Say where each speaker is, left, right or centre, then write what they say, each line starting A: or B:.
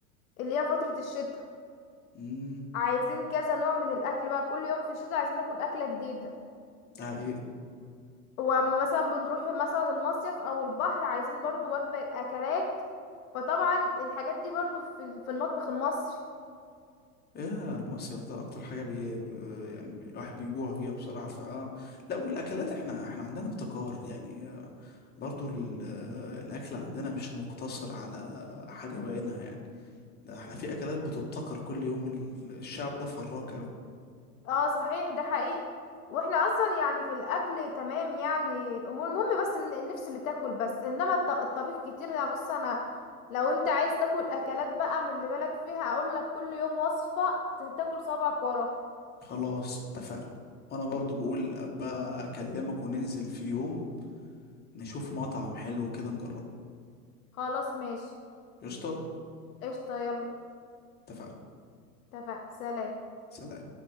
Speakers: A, on the left; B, on the left.
A: اللي هي فترة الشتاء
B: امم
A: عايزين كذا نوع من الأكل بقى كل يوم في الشتاء عايزين ناكل أكلة جديدة
B: ده حقيقة
A: وأما مثلا بنروح مثلا المصيف أو البحر عايزين برضو وجبة أكلات فطبعا الحاجات دي برضو في ال- في المطبخ المصري
B: ايه المصيف ده اكتر حاجة بي آه، يعني الواحد بيجوع فيها بصراحة فاه لا والاكلات احنا احنا عندنا ابتكار يعني آه، برضو ال- آه، الاكل عندنا مش مقتصر على حاجة بعينها يعني ده احنا في اكلات بتبتكر كل يوم ال- الشعب ده فراك قوي
A: اه صحيح ده حقيقي واحنا اصلا يعني في الاكل تمام يعني الامور المهم بس ان النفس اللي تاكل بس انما الط- الطبيخ كتير انا بص انا لو انت عايز تاكل اكلات بقى من اللي بالك فيها اقول لك كل يوم وصفة ت- تاكل صابعك ورا
B: خلاص اتفقنا وانا برضو بقول ابقى اكلمك وننزل في يوم نشوف مطعم حلو كده نجربه
A: خلاص ماشي
B: قشطة
A: قشطة يلا
B: اتفقنا
A: اتفق سلام
B: سلام